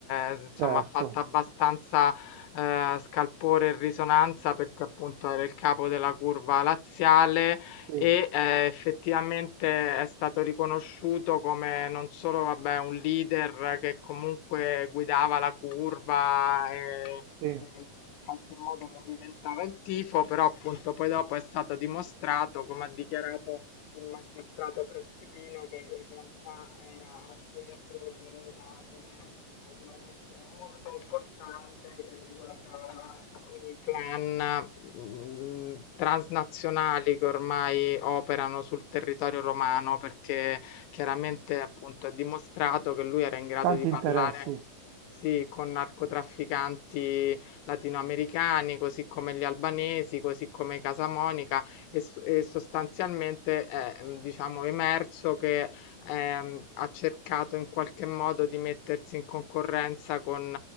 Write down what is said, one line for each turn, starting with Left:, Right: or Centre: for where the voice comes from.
Left: eh, insomma
Right: Certo,
Left: ha fatto abbastanza eh, scalpore e risonanza perché appunto era il capo della curva laziale
Right: sì,
Left: e, ehm, effettivamente è stato riconosciuto come non solo, vabbè, un leader che comunque guidava la curva e
Right: sì.
Left: e in qualche modo movimentava il tifo, però appunto poi dopo è stato dimostrato, come ha dichiarato il magistrato Prestipino, che in realtà era al centro di un'indagine ovviamente molto importante che riguardava i clan mhmm, transnazionali che ormai operano sul territorio romano, perché chiaramente appunto è dimostrato che lui era in grado
Right: Tanti
Left: di parlare.
Right: interessi.
Left: Sì, con narcotrafficanti latinoamericani, così come gli albanesi, così come Casa Monica, e, s- e sostanzialmente è, mm, diciamo, emerso che ehm, ha cercato in qualche modo di mettersi in concorrenza con